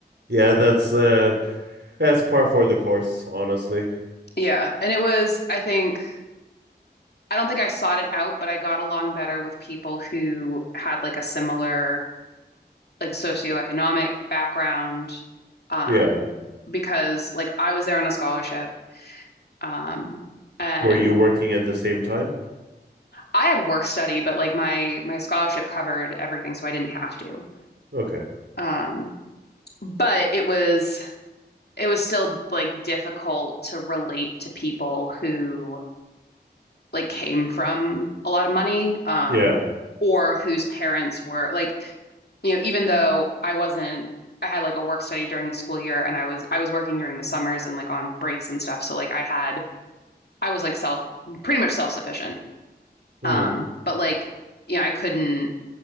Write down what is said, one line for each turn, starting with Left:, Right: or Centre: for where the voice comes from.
Right: Yeah, that's
Left: Uh,
Right: uh That's par for the course, honestly.
Left: yeah, and it was I think. I don't think I sought it out, but I got along better with people who had like a similar like socioeconomic background. Um,
Right: Yeah.
Left: because like I was there on a scholarship, um, and
Right: Were you working at the same time?
Left: I had work study, but like my my scholarship covered everything, so I didn't have to.
Right: Okay.
Left: Um, but it was it was still like difficult to relate to people who like came from a lot of money, um,
Right: Yeah.
Left: or whose parents were like, you know, even though I wasn't, I had like a work study during the school year and I was I was working during the summers and like on breaks and stuff. So like I had I was like self pretty much self-sufficient.
Right: Mm.
Left: Um, but like, you know, I couldn't